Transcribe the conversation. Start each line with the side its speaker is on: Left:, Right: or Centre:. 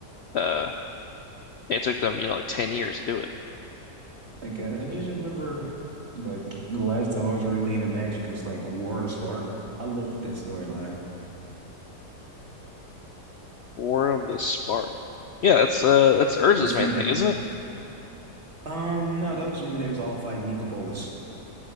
Left: Uh, and it took them, you know, like 10 years to do it.
Right: Like uh, I just remember, like the last time I was really into Magic, it was like War of the Spark. I loved that storyline.
Left: War of the Spark. Yeah, that's uh that's Urza's
Right: This
Left: main
Right: one,
Left: thing, isn't it?
Right: um, no, that was when they was all fighting Nico Bolas.